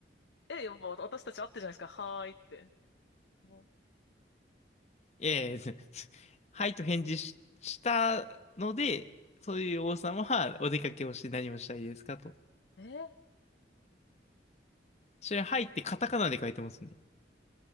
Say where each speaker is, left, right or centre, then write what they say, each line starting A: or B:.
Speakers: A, on the left; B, on the left.
A: え、やっぱ私たち会ってるじゃないですか。はーいって。お
B: ええ <laughs> はいと返事し、したので、そういう王様はお出かけをして何をしたいですかと。
A: えー、
B: それ、はいってカタカナで書いてますね。